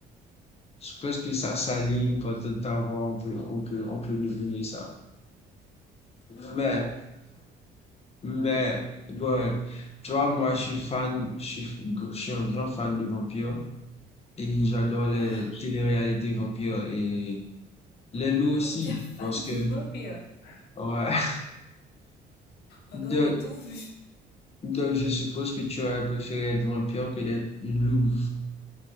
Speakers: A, on the left; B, on the left.
A: je pense que ça s'aligne pour tout avoir, on peut, on peut, on peut deviner ça.
B: Mhm.
A: Mais, mais, bon, tu vois, moi, je suis fan, je suis, je suis un grand fan de vampires et j'adore les
B: Oh,
A: téléréalités vampires et les loups aussi
B: oh, t'es fan
A: parce
B: du
A: que,
B: vampire.
A: ouais.
B: Waouh.
A: <laughs>
B: On
A: De,
B: aurait tout vu.
A: Donc, je suppose que tu aurais préféré être vampire que d'être loup.